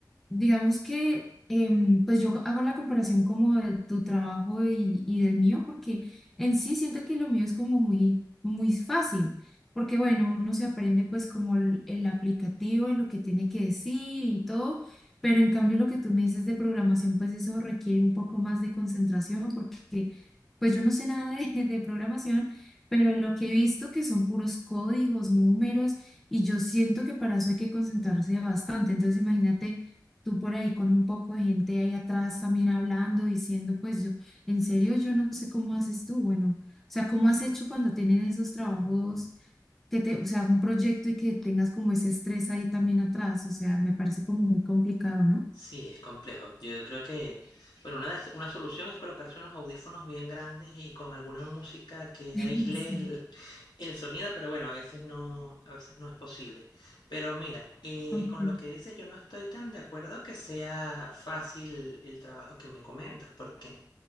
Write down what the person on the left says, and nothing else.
Sí, es complejo. Yo creo que, bueno, una, des- una solución es colocarse unos audífonos bien grandes y con alguna música que
aísle
el, el sonido, pero bueno, a veces no, a veces no es posible. Pero mira, eh,
con lo que dices, yo no estoy tan de acuerdo que sea fácil el trabajo que me comentas, porque